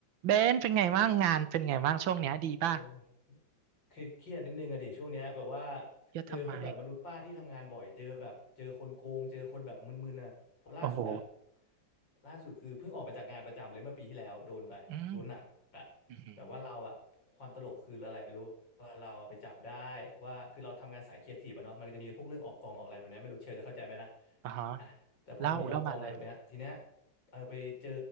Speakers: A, on the right (about 85°); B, on the left (about 75°).
A: เบนเป็นไงบ้างงานเป็นไงบ้างช่วงเนี้ยดีป่ะ
B: โอ้เครียดเครียดนิดนึงอะดิช่วงเนี้ยแบบว่า
A: เยอะทำไม
B: เจอพวกแบบมนุษย์ป้าที่ทำงานบ่อยเจอแบบเจอคนโกงเจอคนแบบมึนๆอะเพราะล่าสุดอะ
A: โอ้โห
B: ล่าสุดคือเพิ่งออกมาจากงานประจำเลยเมื่อปีที่แล้วโดนไปโดนหนักอะ
A: อืมอือหือ
B: แบบว่าเราอะความตลกคืออะไรรู้ว่าเราอะไปจับได้ว่าคือเราทำงานสายครีเอทีฟอะเนาะมันก็จะมีพวกเรื่องออกกองออกอะไรแบบเนี้ยไม่รู้เชลจะเข้าใจไหมนะ
A: อ่าฮะ
B: อ่ะแต่พอมันมีออกกองอะไรแบบเนี้ยทีเนี้ย
A: เล่าเล่ามาเลย
B: เออไปเจอ